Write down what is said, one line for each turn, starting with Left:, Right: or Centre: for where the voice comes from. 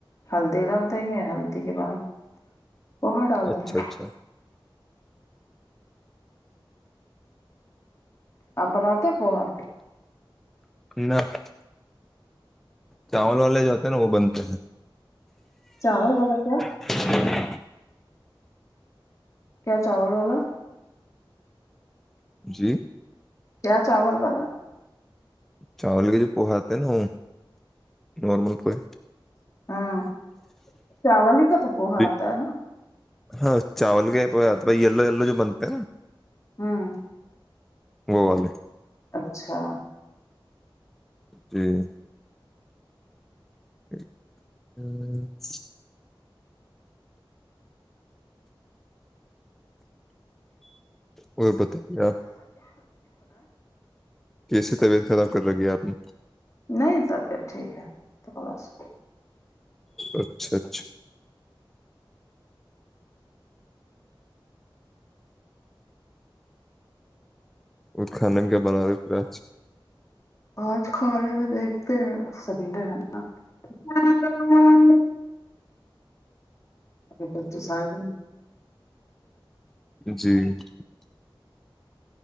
Left: ہلدی ڈال دیں گے ہلدی کے بعد وہاں ڈال
Centre: اچھا
Left: دیں گے
Centre: اچھا
Left: آپ بناتے پوگا
Centre: نا <unintelligible> <inaudible> چاول والے جو ہوتے نا وہ بنتے ہیں
Left: چاول والا کیا
Centre: <inaudible>
Left: کیا چاول والا
Centre: جی
Left: کیا چاول والا
Centre: چاول کے جو پوہاتے نا وہ نارمل پوہ
Left: ہاں چاول ہی کا تو پوہات
Centre: جی
Left: آ تھا ہے نا
Centre: ہاں چاول گائی یلو یلو جو بنتے ہیں نا
Left: ہوں
Centre: وہ والے
Left: اچھا
Centre: ج <unintelligible> ہ <unintelligible> <inaudible> وہ بتائیے آپ کیسی طبیعت خراب کر رک ہے آپ نے
Left: نہیں تبت ٹھیک ہے تو اللہ شکریہ
Centre: اچھا اچھا اور کھانے میں کیا بنا رہے پھر آج
Left: آج کڑے میں دیکھتے ہیں سن ہیں ا کلتے سا <unintelligible> <inaudible>
Centre: ج جی <unintelligible>